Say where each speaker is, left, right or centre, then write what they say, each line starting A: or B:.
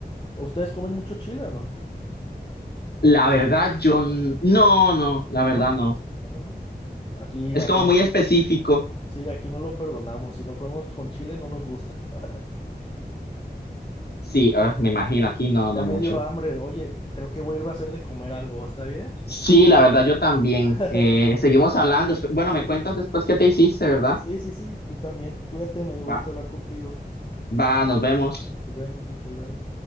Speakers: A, on the left; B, on the left.
A: ¿Ustedes comen mucho chile o no?
B: la verdad yo n- no, no, la verdad
A: No,
B: no.
A: no, no, no. Aquí,
B: Es
A: aquí,
B: como muy específico.
A: sí, aquí no lo perdonamos. Si no comemos con chile, no nos gusta. <laughs>
B: Sí, ah, me imagino, aquí no, no
A: Ya me
B: mucho.
A: dio hambre. Oye, creo que voy a irme a hacer de comer algo. ¿Está bien?
B: Sí, la verdad yo también.
A: <laughs>
B: Eh, seguimos hablando. despu- Bueno,
A: Sí,
B: me cuentas después qué te hiciste, ¿verdad?
A: sí, sí, sí. Tú también. Cuídate, me dio
B: Va,
A: gusto hablar contigo.
B: va, nos vemos.
A: Nos vemos, hasta luego.